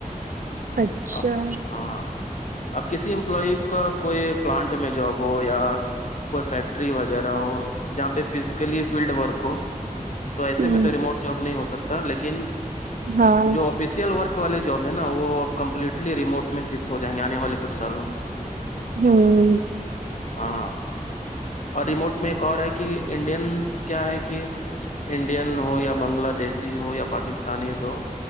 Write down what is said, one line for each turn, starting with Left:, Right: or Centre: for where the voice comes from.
Right: اچھا
Left: ا ہاں اب کسی امپلائی کا کوئی پلانٹ میں جاب ہو یا کوئی فیکٹ ٹری وغیرہ ہو جہاں پہ فزیکلی فیلڈ ورک ہو تو ایسے
Right: ہوں
Left: میں تو ریموٹ جاب نہیں ہو سکتا لیکن
Right: ہاں
Left: جو آفس فیشیل ورک والے جوب ہے نا وہ اب کمپلیٹلی ریموٹ میں شفٹ ہو جائیں گے آنے والے کچھ سالوں
Right: ہوں
Left: ہاں اور ریموٹ میں ایک اور ہے کہ انڈینس کیا ہے کہ انڈین ہو یا بنگلہ دیش ہو یا پاکستانیز ہو